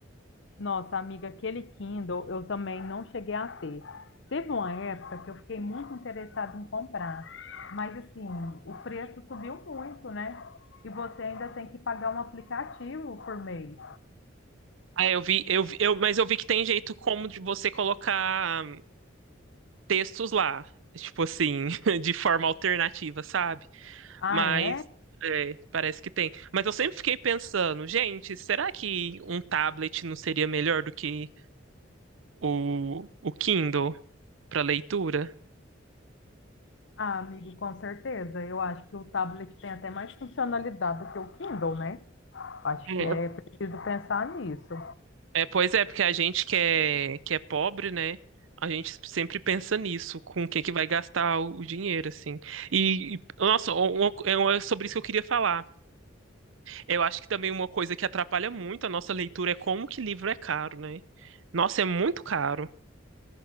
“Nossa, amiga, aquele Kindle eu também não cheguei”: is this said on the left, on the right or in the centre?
Left